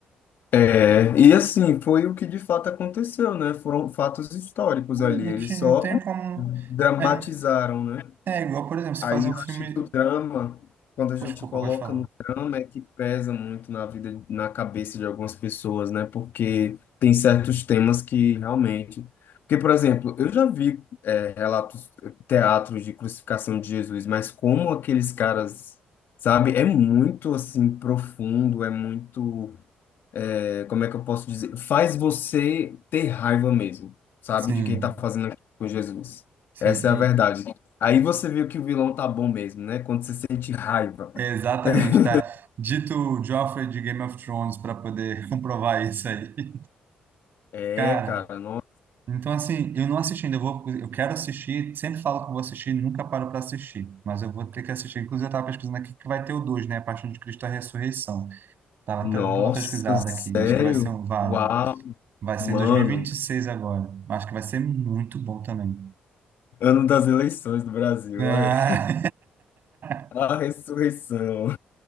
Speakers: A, on the left; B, on the right.
A: É, e assim, foi o que de fato aconteceu, né? Foram fatos históricos
B: É,
A: ali,
B: não,
A: eles
B: te, não
A: só
B: tem como.
A: dramatizaram,
B: É,
A: né?
B: é igual, por exemplo, se
A: Aí
B: fazer
A: eu
B: um filme.
A: acho que o drama, quando a gente
B: Desculpa,
A: coloca
B: pode falar.
A: no drama, é que pesa muito na vida, na cabeça de algumas pessoas, né? Porque tem certos temas que realmente. Porque, por exemplo, eu já vi, é, relatos, teatros de crucificação de Jesus, mas como aqueles caras, sabe? É muito assim profundo, é muito é, como é que eu posso dizer? Faz você ter raiva mesmo, sabe?
B: Sim,
A: De quem tá fazendo aquilo com Jesus.
B: sim.
A: Essa
B: e-
A: é a verdade. Aí você viu que o vilão tá bom mesmo, né? Quando você sente raiva.
B: é exatamente,
A: <laughs>
B: tá? Dito o Joffrey de Game of Thrones para poder <laughs> comprovar isso aí.
A: É,
B: Cara.
A: cara, no-
B: Então, assim, eu não assisti ainda, eu vou, eu quero assistir, sempre falo que vou assistir, nunca paro para assistir, mas eu vou ter que assistir. Inclusive, eu estava pesquisando aqui que vai ter o 2 né? A Paixão de Cristo, a Ressurreição. Tava até
A: nossa,
B: dando uma pesquisada aqui,
A: sério?
B: acho que vai ser um, vai,
A: Uau,
B: vai ser
A: mano.
B: em dois mil e e vinte e seis agora. Acho que vai ser muito bom também.
A: Ano das eleições do Brasil,
B: Ah.
A: olha.
B: <laughs>
A: A ressurreição.